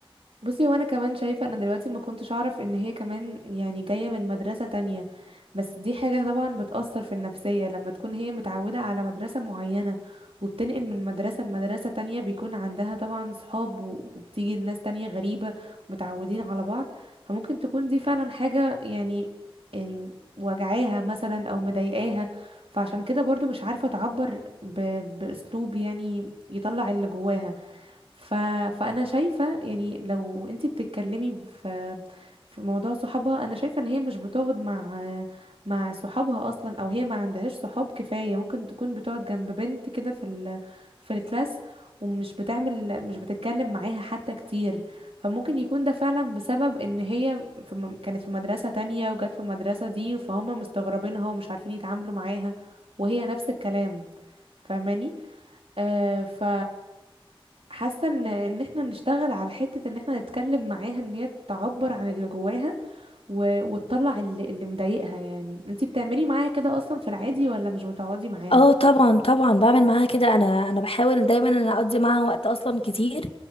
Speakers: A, on the right; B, on the left.
A: بصي وانا كمان شايفة انا دلوقتي ما كنتش اعرف ان هي كمان يعني جاية من مدرسة تانية بس دي حاجة طبعا بتأثر في النفسية لما تكون هي متعودة على مدرسة معينة وبتنقل من مدرسة لمدرسة تانية بيكون عندها طبعا صحاب و- وبتيجي ناس تانية غريبة ومتعودين على بعض فممكن تكون دي فعلا حاجة يعني يعني وجعاها مثلا او مضايقاها فعشان كده برضو مش عارفة تعبر ب... بأسلوب يعني يطلع اللي جواها ف... فانا شايفه يعني لو انتي بتتكلمي في في موضوع صحابها انا شايفه ان هي مش بتقعد مع مع صحابها اصلا او هي ما عندهاش صحاب كفايه ممكن تكون بتقعد جنب بنت كده في ال... في الكلاس ومش بتعمل مش بتتكلم معاها حتى كتير فممكن يكون ده فعلا بسبب ان هي في م... كانت في مدرسه تانية وجت في المدرسه دي فهم مستغربينها ومش عارفين يتعاملوا معاها وهي نفس الكلام فاهماني آه ف حاسه ان ان احنا نشتغل على حته ان احنا نتكلم معاها ان هي تعبر عن اللي جواها و... وتطلع اللي, اللي مضايقها يعني انتي بتعملي معاها كده اصلا في العادي ولا مش بتقعدي معاها
B: اه طبعا طبعا بعمل معاها كده انا انا بحاول دايما ان أنا اقضي معاها وقت اصلا كتير